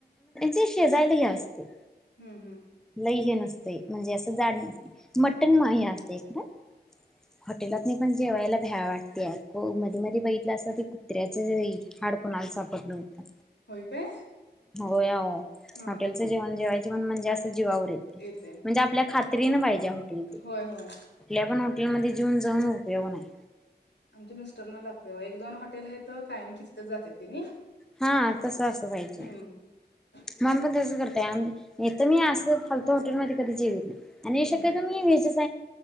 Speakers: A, in the centre; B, on the left.
A: ते <unintelligible> शेजायला हे असते.
B: हम्म हम्म!
A: हे नसतयं म्हणजे, असं जाड नसतयं मटन मा हे असतंय काय? हटेलातणी पण जेवायला भ्या वाटतेय मध्ये मध्ये बघितलं असं ते कुत्र्याचई हाड कुणाला सापडल होतं.
B: हो काय?
A: हो या
B: हा
A: हॉटेलचं
B: हा
A: जेवण जेवायचे, म्हण म्हणजे असं जीवावर येतयं
B: येते
A: म्हणजे, आपल्या खात क्लिन पाहिजे, हॉटेल ते कुठल्या
B: होय होय
A: पण हॉटेलमध्ये जेऊन जाऊन उपयोग नाही.
B: आमच्या मिस्टर ना लागतयं. बघा एक दोन हॉटेल आहे. तर कायम तिथंचं जात्यात तेनी,
A: हा तसं असं पाहिजे.
B: हम्मा!
A: <unintelligible> पण तसं करतयं आम येत मी असं फालतू हॉटेल मध्ये कधी जेवित नाही, आणि
B: हम्म
A: शक्यतो,
B: हम्म
A: मी व्हेज